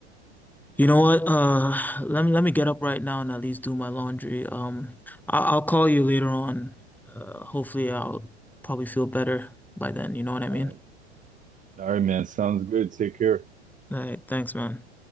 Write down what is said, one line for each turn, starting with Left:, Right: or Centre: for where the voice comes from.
Centre: you know what? Uh, let me let me get up right now and at least do my laundry. Um, I I'll call you later on. Uh, hopefully I'll probably feel better by then, you know what I mean?
Right: All right, all right, man. Sounds good. Take care.
Centre: All right, thanks, man.